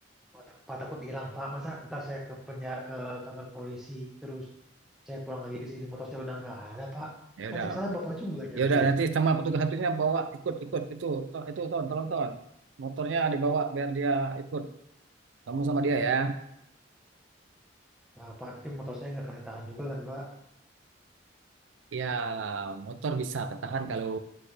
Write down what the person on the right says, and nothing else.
ya
udah
ya udah nanti sama petugas satunya bawa ikut ikut itu to, itu ton tolong ton motornya dibawa biar dia ikut kamu sama dia ya
ya motor bisa ketahan kalau